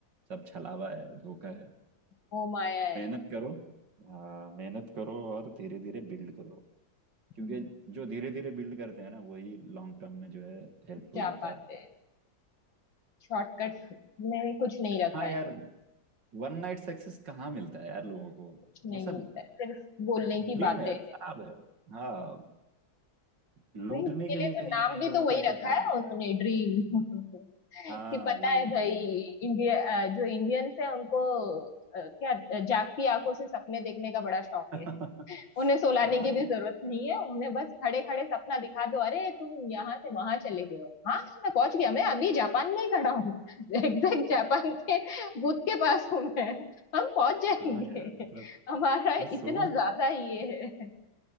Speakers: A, on the right; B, on the left.
A: सब छलावा है धोखा है
B: वो माया है
A: मेहनत करो हाँ मेहनत करो और धीरे धीरे बिल्ड करो क्योंकि
B: हम्म,
A: जो धीरे धीरे बिल्ड करते हैं ना वही लॉन्ग टर्म में जो है हेल्पफुल
B: जा
A: होता
B: पाते
A: है
B: हैं शॉर्टकट में कुछ नहीं रखा
A: हाँ
B: है
A: यार वन नाइट सक्सेस कहाँ मिलता है यार लोगों को
B: कुछ नहीं
A: वो सब
B: मिलता है सिर्फ बोलने
A: ड्रीम
B: की बातें
A: है
B: हैं
A: ख्वाब है हाँ लूटने
B: भाई उसके
A: के
B: लिए
A: लिए कहीं
B: तो नाम
A: ना कहीं
B: भी
A: लोगों
B: तो वही
A: को ऐसे
B: रखा
A: ख्वाब
B: है
A: दिखते
B: उन्होंने
A: हैं
B: ड्रीम <laughs>
A: हाँ
B: कि पता
A: यही
B: है भाई
A: ड्रीम
B: इंडिया अ, जो इंडियंस है उनको अ, क्या अ, जागती आंखों से सपने देखने का बड़ा शौक
A: <laughs>
B: है उन्हें सुलाने
A: हाँ
B: की भी जरूरत नहीं है उन्हें बस खड़े खड़े सपना दिखा दो अरे तुम यहाँ से वहां चले गए हो हाँ मैं पहुंच गया मैं अभी जापान में ही खड़ा हूँ <laughs> एग्जैक्ट जापान के बूथ के पास हूँ मैं हम पहुंच जाएंगे
A: हाँ यार मतलब
B: हमारा
A: मैं
B: इतना
A: सोच
B: ज्यादा ये है